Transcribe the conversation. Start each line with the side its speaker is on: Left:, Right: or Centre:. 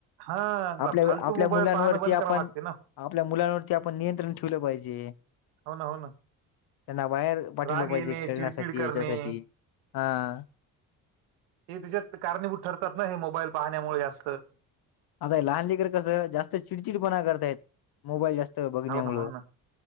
Right: हा आता
Left: आपल्या
Right: फालतू
Left: आपल्या
Right: मोबाईल
Left: मुलांवरती
Right: पाहणं बंद करावं
Left: आपण
Right: लागते ना
Left: आपल्या मुलांवरती आपण नियंत्रण ठेवलं पाहिजे.
Right: हो ना हो ना.
Left: त्यांना बाहेर पाठवलं
Right: राग
Left: पाहिजे
Right: येणे
Left: खेळण्यासाठी,
Right: चिडचिड करणे
Left: याच्यासाठी हं.
Right: हे त्याच्यात कारणीभूत ठरतात ना हे मोबाईल पाहण्यामुळे अस.
Left: आता लहानलीकर कसं जास्त चिडचिडपणा करतायत. मोबाईल जास्त बघण्यामुळ.
Right: ना हो ना